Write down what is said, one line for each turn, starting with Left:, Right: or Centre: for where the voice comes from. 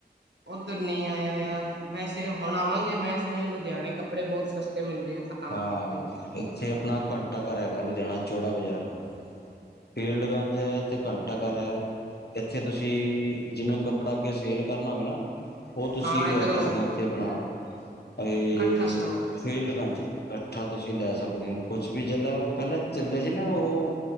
Right: ਉੱਧਰ ਨਹੀਂ ਆਏ ਹੋਏ ਆ ਵੈਸੇ, ਹੁਣ ਆਵਾਂਗੇ, ਮੈਂ ਸੁਣਿਆ ਲੁਧਿਆਣੇ ਕੱਪੜੇ ਬਹੁਤ ਸਸਤੇ ਮਿਲਦੇ ਆ। ਤਾਂ
Left: ਹਾਂ,
Right: ਕਰਕੇ
Left: ਇੱਥੇ ਆਪਣਾ ਘੰਟਾ ਕਰ ਹੈਗਾ, ਲੁਧਿਆਣਾ ਚੌੜਾ ਬਾਜ਼ਾਰ। ਫੀਲਡ ਗੰਜ ਤੇ ਕਣ ਘੰਟਾ ਘਰ ਐ ਇੱਥੇ, ਤੁਸੀਂ ਜਿਵੇਂ ਕੱਪੜਾ ਅੱਗੇ ਸੇਲ ਕਰਨਾ ਹੋਵੇ ਨਾ ਉਹ ਤੁਸੀਂ
Right: ਹਾਂ
Left: ਲਿਆ
Right: ਇੱਧਰੋਂ
Left: ਸਕਦੇ ਹੋ ਇੱਥੇ ਆਪਣਾ, ਇਹ
Right: ਕੱਠਾ ਸਟੋਕ
Left: ਫੀਲਡ ਗੰਜ ਇਕੱਠਾ ਤੁਸੀਂ ਲੈ ਸਕਦੇ ਹੋ, ਕੁਛ ਵੀ, ਜਿਹੜਾ ਉਹ ਪਹਿਲਾਂ ਚੱਲੇ ਸੀ ਨਾ, ਉਹ